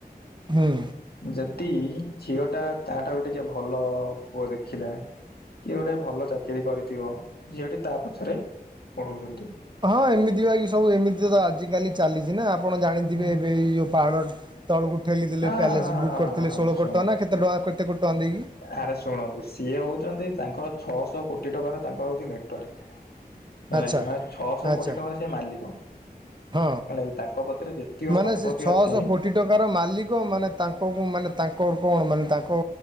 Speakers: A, on the right; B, on the left.
A: ହୁଁ।
B: ଯଦି ଝିଅ ଟା ତା ଠାରୁ ଟିକେ ଭଲ ପୁଅ ଦେଖିଲା କିଏ ଗୋଟେ ଭଲ ଚାକିରିୀ କରିଥିବ ଝିଅଟି ତା ପଛରେ ପଳଉଛନ୍ତି
A: ହଁ ଏମିତି ବା କି ସବୁ ଏମିତି ତ ଆଜିିକାଲି ଚାଲିଚି ନା। ଆପଣ ଜାଣିଥିବେ
B: ହୁଁ
A: ଏବେ ଏଇ ଯେଉଁ ପାହାଡ଼ ତଳକୁ ଠେଥିଲେ
B: ହଁ
A: ପ୍ୟାଲେସ୍
B: ହଁ ହଁ
A: ବୁକ୍
B: ହଁ
A: କରିଥିଲେ
B: ହଁ
A: ଷୋଳ
B: ଶୁଣ
A: କୋଟି ଟଙ୍କା ନା କେତେ ଟଙ୍କା କେତେ କୋଟି ଟଙ୍କା ଦେଇକି?
B: ଆରେ ଶୁଣନ୍ତୁ ସିଏ ହଉଛନ୍ତି ତାଙ୍କର ଛଅଶହ କୋଟି ଟଙ୍କାର ତାଙ୍କର ହଉଛି ନେଟୱାଥ। ହେଲା
A: ଆଚ୍ଛା
B: ମାନେ ଛଅଶହ
A: ଆଚ୍ଛା
B: କୋଟି ଟଙ୍କାରେ ସେଇ ମାଲିକ।
A: ହଁ
B: ହେଲା କି ତାଙ୍କ କତିରେ ଯେତିକ
A: ମାନେ
B: ସମ୍ପତ୍ତି
A: ସେ ଛଅଶହ
B: ଅଛି
A: କୋଟି ଟଙ୍କାର ମାଲିକ ମାନେ ତାଙ୍କ ମାନେ ତାଙ୍କ କଣ ମାନେ ତାଙ୍କ